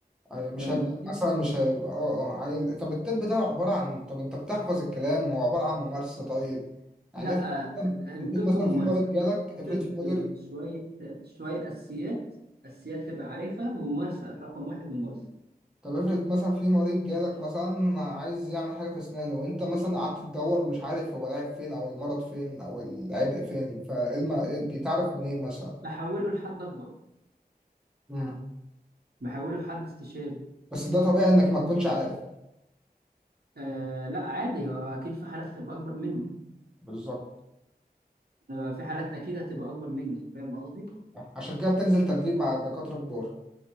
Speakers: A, in the centre; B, on the right.
A: أيوة، مش
B: فاهم
A: هيبقى
B: قصدي؟
A: مثلا مش هي... اه اه هي... طب الطب ده عبارة عن طب انت بتحفظ الكلام هو عبارة عن ممارسة طيب يعني
B: لا
A: افرض
B: آه،
A: مثلا
B: الطب
A: افرض مثلا
B: ممارسة
A: في مريض جالك افرض
B: طب
A: في مدير
B: شوية شوية أساسيات أساسيات تبقى عارفها وممارسة رقم واحد ممارسة
A: طب افرض مثلا في مريض جالك مثلا عايز يعمل حاجة في اسنانه وانت مثلا قعدت تدور ومش عارف هو العيب فين او المرض فين او العبء فين فايه الم... إيه بيتعرف منين مثلا
B: بحوله لحد أكبر
A: مم.
B: بحوله لحد استشاري
A: بس ده طبيعي انك ما تكونش عارف
B: آه لا عادي هو اكيد في حالات هتبقى اكبر منه
A: بالظبط
B: آه، في حالات اكيد هتبقى اكبر مني فاهم قصدي
A: عشان كده بتنزل تدريب مع الدكاترة كبار